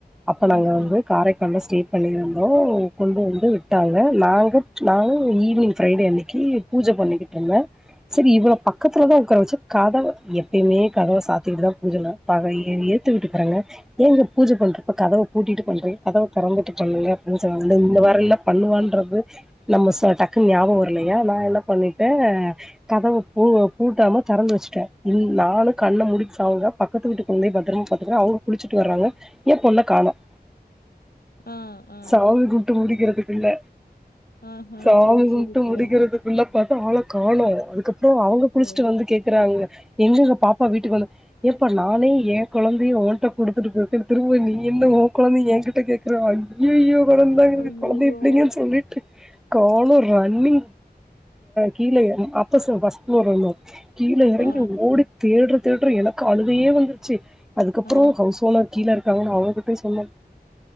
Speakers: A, in the centre; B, on the left.
A: அப்ப
B: ம்
A: நாங்க வந்து
B: ம்
A: காரைக் ஸ்டே பண்ணிருந்தோம் கொண்டு வந்து விட்டாங்க நாங்க நா ஈவினிங் ஃப்ரைடே அன்னைக்கு பூஜை பண்ணிக்கிட்டு இருந்தன் செரி இவள பக்கத்துலதா உக்கார வச்ச கதவை எப்பயுமே கதவை சாத்திட்டு தா பூஜை ஏத்தவிட்டுக்கரங்க எங்க பூஜை பண்றப்ப கதவை பூட்டிட்டு பண்றிங்க கதவை திறந்து பண்ணுங்க அப்டி சொன்னாங்க இந்த வாரல்ல பண்ணுவான்து நம்ம டக்கு ஞாபம் வரலையா நா என்ன பண்ணிட்டேன் கதவை பூட்டாம திறந்து வச்சட்டே நானும் கண்ண முடிடிவச்சிட்டு அவங்க பக்கத்து வீட்டு கொழந்தை பத்திரமா பாத்துக்கன்னு அவங்க குளிச்சுட்டு வர்றாங்க ஏன் பொண்ண காணோம்
B: ஆ ஆ
A: சாமி கும்மிட்டு முடிக்கிறதுக்கு இல்ல
B: ஆஹா
A: சாமி
B: செரி
A: கும்மிட்டு
B: செரி சார்
A: முடிக்கிறதுக்குள்ள பாத்தா அவளை காணும் அதுக்கப்றோ அவங்க
B: ஓகே
A: குளிச்சுட்டு வந்து கேக்குறாங்க எங்கங்க பாப்பா வீட்டுக்கு வந்த எப்ப நானே என் குழந்தையை ஓன்ட குடுத்துட்டு திரும்ப நீ என்ன ஒ கொழந்தைய என்ட கே ஐயோ ஐயோ கொழந்தை எங்க
B: ஐயையோ
A: கொழந்தைய பிடிங்கன்னு சொல்லிட்டேன் காலும் ரன்னிங் கீழே அப்ப ஃபர்ஸ்ட் ஃப்ளோர் இருந்தும் கீழ இறங்கி
B: ஆ
A: ஓடு தேடுரேன் தேடுரேன் எனக்கு அழுகையே வந்து சி அதுக்கப்றோ
B: ஆ
A: ஹவுஸ் ஓனர் கீழே இருக்காங்கன்னு அவங்ககிட்டவும் சொன்னேன்